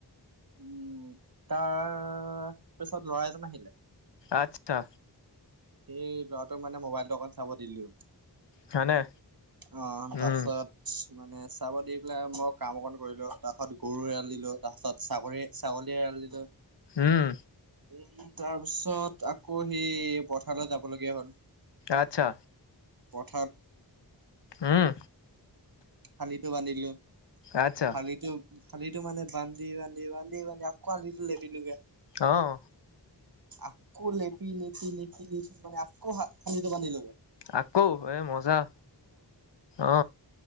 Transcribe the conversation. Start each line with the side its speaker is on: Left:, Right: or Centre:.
Right: উম তাৰ পিছত ল'ৰা এজন আহিলে।
Left: আচ্ছা।
Right: সেই ল'ৰাটোক মানে মোবাইলটো অকণ চাব দিলো।
Left: হয়নে
Right: অ' তাৰ
Left: উম
Right: পিছত মানে চাব দি পেলাই মই কাম অকন কৰিলো তাৰপাছত গৰু এৰাল দিলো। তাৰপাছত ছাগলী ছাগলী দিলো।
Left: উম
Right: উ তাৰপিছত আকৌ সি পথাৰালৈ যাব লগীয়া হ'ল।
Left: আচ্ছা
Right: <unintelligible>
Left: উম
Right: শালিটো বান্ধিলো
Left: আচ্ছা
Right: শালিটো শালিটো মানে বান্ধি বান্ধি বান্ধি বান্ধি আকৌ শালিটো লেটিলোগে
Left: আহ
Right: আকো লেপি লেপি লেপি লেপি মানে আকৌ খালিটো পানী লৈ
Left: আকৌ এ মজা অ